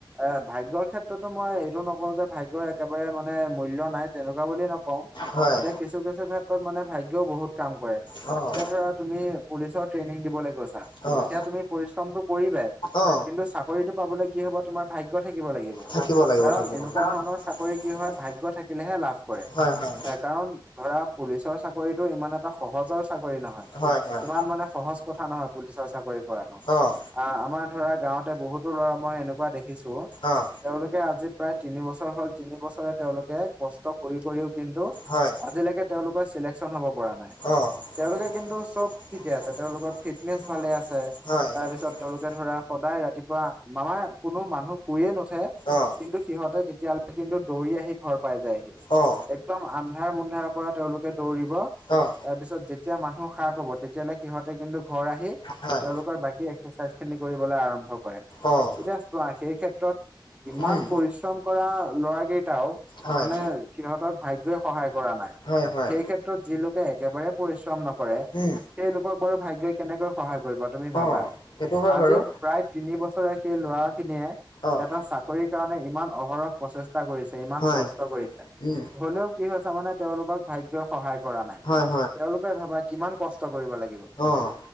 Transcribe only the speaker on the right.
এ ভাগ্যৰ ক্ষেত্ৰতো মই এইটো নকওঁ যে ভাগ্যয়ই। একেবাৰে মানে মূল্যৰ নাই তেনেকুৱা বুলি নকওঁ,
এতিয়া কিছু কিছু কিছু ক্ষেত্ৰ মানে ভাগ্যও বহুত কাম কৰে। এতিয়া
ধৰা তুমি পুলিচৰ ট্ৰেইনিং দিবলে গৈছা
তেতিয়া তুমি পৰিশ্ৰমটো কৰিবাই।
কিন্তু চাকৰিটো পাবলৈ কি হব তোমাৰ ভাগ্য থাকিব লাগিব।
কাৰণ
এনেকুৱা ধৰণৰ চাকৰি কি হয় ভাগ্য। গ্য থাকিলেহে লাভ কৰে
কাৰণ ধৰা পুলিচৰ চাকৰিটো ইমান এটা সহজৰ। চাকৰি নহয়
ইমান মানে সহজ কথা নহয়। পুলিচৰ চাকৰি কৰাটো।
অ আমাৰ ধৰা গাঁৱতে বহুতো ল'ৰা মই এনেকুৱা দেখিছো।
তেওঁলোকে আজি প্ৰায় তিনি বছৰ হ'ল তিনি বছৰে তেওঁলোকে কষ্ট কৰি কৰিও কিন্তু
আজিলৈকে তেওঁলোকৰ চিলেকচন হব পৰা নাই।
তেওঁলোকে কিন্তু চব ঠিকে আছে তেওঁলোকৰ ফিটনেচ ভালে আছে।
তাৰ পিছত তেওঁলোকে
ধৰা সদায় ৰাতিপুৱা মামা কোনো মানুহ শুইয়ে নুঠে
কিন্তু সিহঁতে তেতি এতিয়ালে কিন্তু দৌৰি আহি ঘৰ পাই যায়হি
একদম। আন্ধাৰ মুন্ধাৰৰ পৰা তেওঁলোকে দৌৰিব
তাৰপিছত যেত। যেতিয়া মানুহ সাৰ পাব তেতিয়াহ'লে সিহঁতে কিন্তু ঘৰ আহি।
তেওঁলোকৰ বাকী এক্সাৰচাইজ খিনি কৰিবলৈ আৰম্ভ কৰে এতিয়া
চোৱা সেই ক্ষেত্ৰত। ইমান
পৰিশ্ৰম কৰা ল'ৰা কেইটাও।
মানে সিহঁতক ভাগ্যই সহায় কৰা নাই
সেই ক্ষেত্ৰত যি লোকে একেবাৰে পৰিচ। নকৰে সেই
লোকক বাৰু ভাগ্যয়ই কেনেকৈ সহায় কৰিব তুমি ভাবা।
আজি
প্ৰায় তিনি বছৰে সেই ল'ৰা খিনিয়ে
এটা চাকৰিৰ কাৰণে ইমান অহৰহ প্ৰচেষ্টা কৰিছে ইমান
কষ্ট কৰিছে
হলেও কি হৈছে মানে তেওঁলোকক ভাগ্যই সহায় কৰা নাই।
তেওঁলোকে ভাবা কিমান কষ্ট কৰিব লাগিব